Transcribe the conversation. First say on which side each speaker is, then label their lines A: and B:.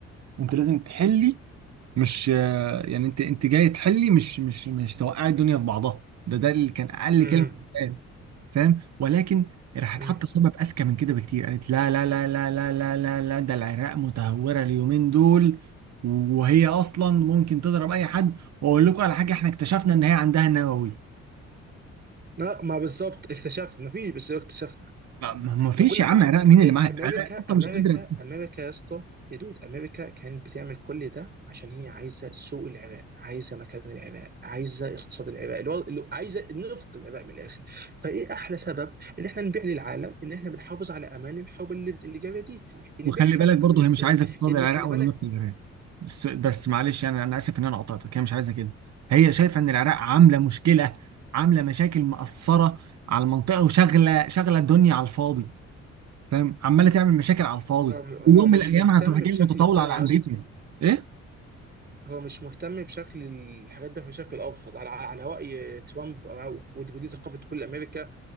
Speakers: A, on the right; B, on the right.
A: انت لازم تحلي مش يعني انت انت جاي تحلي مش مش مش توقعي الدنيا في بعضها ده ده اللي كان اقل
B: امم
A: كلمه فاهم ولكن راحت
B: امم
A: حاطه سبب اذكى من كده بكتير قالت لا لا لا لا لا لا لا لا ده العراق متهوره اليومين دول وهي اصلا ممكن تضرب اي حد واقول لكم على حاجه احنا اكتشفنا ان هي عندها نووي
B: لا ما بالظبط اكتشفت مفيش بس اكتشفنا
A: ما ما- ما
B: انا
A: فيش
B: بقول لك
A: يا عم عراق مين اللي معاها
B: امريكا
A: العراق اصلا
B: امريكا
A: مش قادره
B: امريكا يا اسطى يا دود امريكا كانت بتعمل كل ده عشان هي عايزه سوق العراق عايزه مكان العراق عايزه اقتصاد العراق الوضع اللي عايزه نفط العراق من الاخر فايه احلى سبب ان احنا نبيع للعالم ان احنا بنحافظ على امان الحرب اللي اللي جايه دي إن
A: وخلي
B: نبيعها
A: بالك
B: اكتر
A: برضه
B: ازاي
A: هي مش عايزه اقتصاد
B: ان
A: العراق
B: خلي بالك
A: ولا نفط العراق بس بس معلش انا انا اسف ان انا قطعتك هي مش عايزه كده هي شايفه ان العراق عامله مشكله عامله مشاكل مأثره على المنطقه وشغله شغله الدنيا على الفاضي فاهم عماله تعمل مشاكل على الفاضي
B: هو
A: ويوم
B: هو مش
A: من الايام
B: مهتم
A: هتروح جايه
B: بشكل
A: متطاوله
B: الدنيا
A: على
B: يا
A: امريكا
B: اسطى
A: ايه
B: هو مش مهتم بشكل الحاجات ده بشكل ابسط على على راي ترامب أو- ودي ثقافه كل امريكا